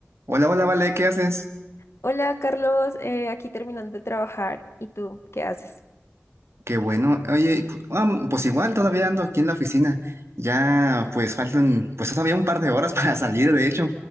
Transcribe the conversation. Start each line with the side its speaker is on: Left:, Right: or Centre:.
Right: Hola, hola, Vale, ¿qué haces?
Left: Hola Carlos, eh, aquí terminando de trabajar. ¿Y tú qué haces?
Right: Qué bueno. Oye, am, pues igual todavía ando aquí en la oficina. Ya pues faltan pues todavía un par de horas <laughs> para salir, de hecho.